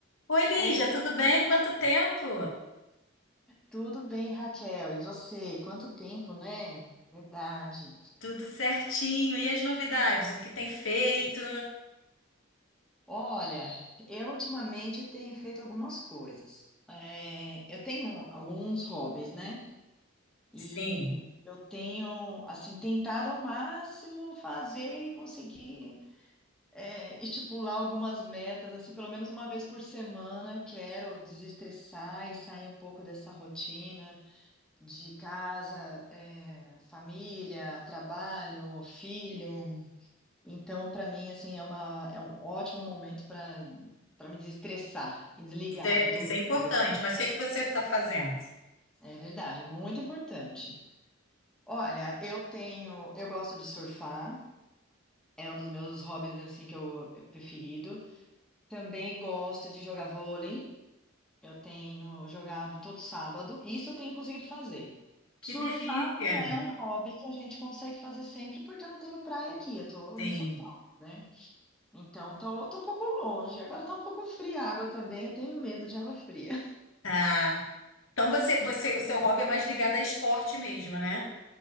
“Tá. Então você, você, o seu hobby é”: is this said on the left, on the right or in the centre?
Left